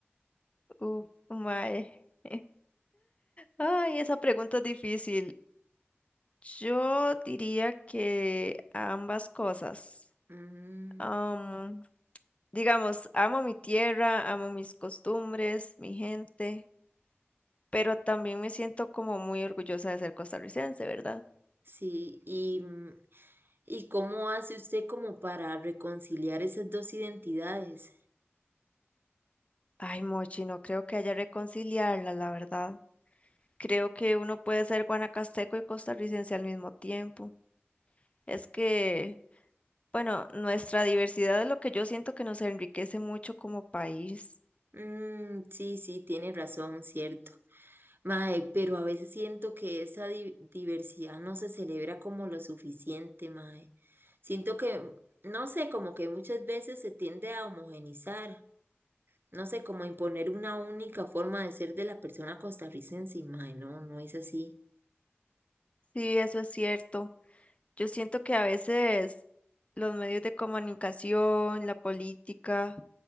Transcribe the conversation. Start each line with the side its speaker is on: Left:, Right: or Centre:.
Left: Uf, mae. <laughs> Ay, esa pregunta es difícil. Yo diría que ambas cosas.
Right: Mm,
Left: Am, digamos, amo mi tierra, amo mis costumbres, mi gente, pero también me siento como muy orgullosa de ser costarricense, ¿verdad?
Right: sí, y, mm, ¿y cómo hace usted como para reconciliar esas dos identidades?
Left: Ay, Mochi, no creo que haya reconciliarla, la verdad. Creo que uno puede ser guanacasteco y costarricense al mismo tiempo. Es que, bueno, nuestra diversidad es lo que yo siento que nos enriquece mucho como país.
Right: Mm, sí, sí, tiene razón, cierto. Mae, pero a veces siento que esa di- diversidad no se celebra como lo suficiente, mae. Siento que, no sé, como que muchas veces se tiende a homogenizar, no sé, como a imponer una única forma de ser de la persona costarricense, y mae, no, no es así.
Left: Sí, eso es cierto. Yo siento que a veces los medios de comunicación, la política,